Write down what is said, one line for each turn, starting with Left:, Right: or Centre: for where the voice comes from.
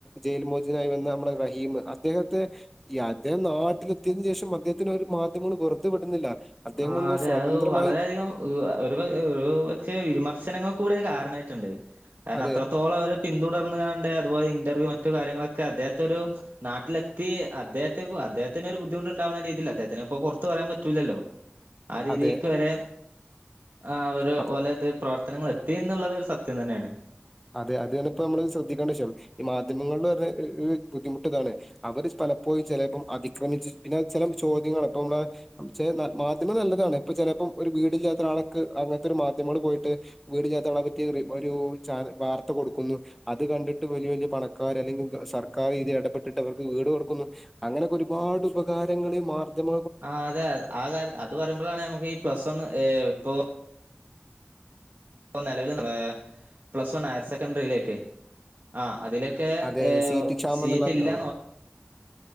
Centre: ജയിൽ മോചിതനായി വന്ന നമ്മളുടെ റഹീം അദ്ദേഹത്തെ ഈ അദ്ദേഹം നാട്ടിൽ ത്തിയതിന് ശേഷം അദ്ദേഹത്തിന് ഒരു മാധ്യമങ്ങൾ വെറുതെ വിടുന്നില്ല. അദ്ദേഹം
Right: ആ
Centre: ഒന്ന്
Right: അതെ
Centre: സ്വതന്ത്രമായി
Right: അത് വളരെയധികം ഒരു ഒരു പക്ഷെ വിമർശനങ്ങൾ കൂടി കാരണായിട്ടുണ്ട് കാരണം
Centre: അതെ
Right: അത്രത്തോളം അവര് പിന്തുടർന്നാണ്ട് അതുപോലെ ഇന്റർവ്യൂ മറ്റു കാര്യങ്ങളൊക്കെ അദ്ദേഹത്തെ ഒരു നാട്ടിലെത്തി അദ്ദേഹത്തെ അദ്ദേഹത്തിന് ഒരു ബുദ്ധിമുട്ടുണ്ടാവുന്ന രീതിയിൽ അദ്ദേഹത്തിന് ഇപ്പോ പുറത്ത് പറയാൻ പറ്റൂല്ലല്ലോ. ആ രീതിക്ക്
Centre: അതെ
Right: വരെ ആ ഒരു
Centre: അപ്പൊ
Right: ഓലത് പ്രവർത്തനങ്ങൾ എത്തി എന്നുള്ളത് ഒരു സത്യം തന്നെയാണ്.
Centre: അതെ അതാണ് ഇപ്പോ നമ്മള് ശ്രദ്ധിക്കേണ്ട വിഷയം ഈ മാധ്യമങ്ങള് വെറുതെ ബുദ്ധിമുട്ട് ഇതാണ് അവര് പലപ്പോഴും ചില ഇപ്പോം അതിക്രമിച്ചു പിന്നെ ചില ചോദ്യങ്ങൾ അപ്പ നമ്മളെ മാധ്യമം നല്ലതാണ് ഇപ്പൊ ചിലപ്പോം ഒരു വീടില്ലാത്ത ഒരാളൊക്കെ അങ്ങനത്തൊരു മാധ്യമങ്ങള് പോയിട്ട് വീട് ഇല്ലാത്തവരെ പറ്റി ഒരു വാർത്ത കൊടുക്കുന്നു. അത് കണ്ടിട്ട് വലിയ വലിയ പണക്കാർ അല്ലെങ്കിൽ സർക്കാർ ഇതിൽ ഇടപെട്ടിട്ട് അവർക്ക് വീട് കൊടുക്കുന്നു അങ്ങനെയൊക്കെ ഒരുപാട് ഉപകാരങ്ങള് മാർധ്യമ
Right: ആ അതെ അതെ ആ കാര്യ അത് പറയ്മ്പഴാണ് നമുക്ക് ഈ പ്ലസ് വൺ ഇപ്പൊ പ്പൊ നിലവിൽ പ്ലസ് വൺ ഹയർ സെക്കൻഡറിയിലേക്ക് ആ അതില് ക്കെ
Centre: അതെ അതെ
Right: ഏഹ്
Centre: സീറ്റ് ക്ഷാമം
Right: സീറ്റ്
Centre: എന്നുള്ള
Right: ഇല്ലാന്ന്
Centre: ആ